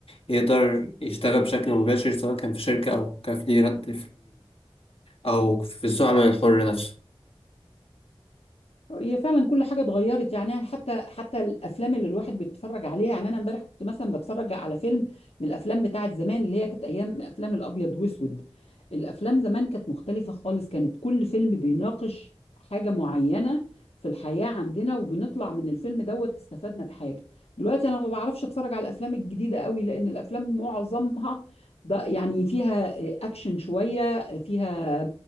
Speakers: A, on the left (about 65°); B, on the left (about 85°).
A: يقدر يشتغل بشكل مباشر سواء كان في شركة أو كفريلانس أو في سوق العمل الحر نفسه.
B: هي فعلا كل حاجه اتغيرت يعني أنا حتى حتى الافلام اللي الواحد بيتفرج عليها يعني انا امبارح كنت مثلا بتفرج على فيلم من الافلام بتاعه زمان اللي هي كانت ايام افلام الابيض واسود الافلام زمان كانت مختلفه خالص كانت كل فيلم بيناقش حاجه معينه في الحياه عندنا وبنطلع من الفيلم دوت استفدنا بحاجه دلوقتي انا ما بعرفش اتفرج على الافلام الجديده قوي لان الافلام معظمها ده يعني فيها اكشن شويه فيها